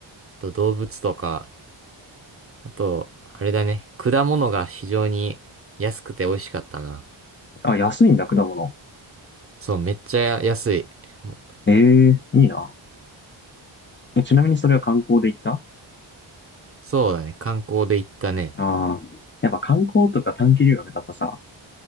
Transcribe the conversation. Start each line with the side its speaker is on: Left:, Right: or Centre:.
Right: あと動物とか、あと、あれだね。果物が非常に安くて美味しかったな。
Left: あ、安いんだ、果物。
Right: そう、めっちゃ安い。もう
Left: ええいいな。えちなみにそれは観光で行った
Right: そうだね。観光で行ったね。
Left: ああー。やっぱ観光とか短期留学だとさ、